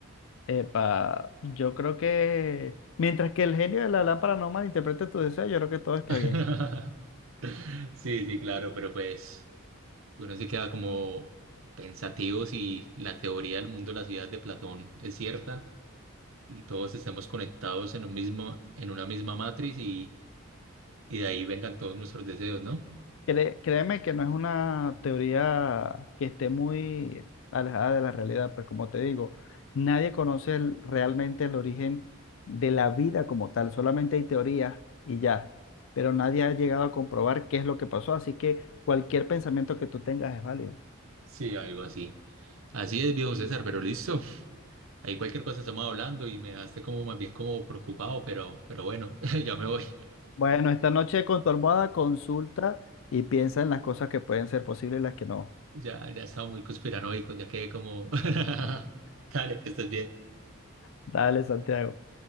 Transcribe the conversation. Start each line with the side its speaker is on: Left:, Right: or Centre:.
Left: Epa, yo creo que mientras que el genio de la lámpara no malinterprete tu deseo, yo creo que todo está
Right: <laughs>
Left: bien.
Right: Sí, sí, claro, pero pues uno se queda como pensativo si la teoría del mundo de la ciudad de Platón es cierta y todos estemos conectados en un mismo, en una misma matriz y, y de ahí vengan todos nuestros deseos, ¿no?
Left: Cre- créeme que no es una teoría que esté muy alejada de la realidad, pues como te digo, nadie conoce el- realmente el origen de la vida como tal, solamente hay teorías y ya, pero nadie ha llegado a comprobar qué es lo que pasó, así que cualquier pensamiento que tú tengas es válido.
Right: Sí, algo así. Así es, viejo César, pero listo. Ahí cualquier cosa estamos hablando y me dejaste como más bien como preocupado, pero, pero bueno, <laughs> ya me voy.
Left: Bueno, esta noche con tu almohada consulta y piensa en las cosas que pueden ser posibles y las que no.
Right: Ya, ya estaba muy conspiranoico, ya quedé como... <laughs> Dale, que estés bien.
Left: Dale, Santiago.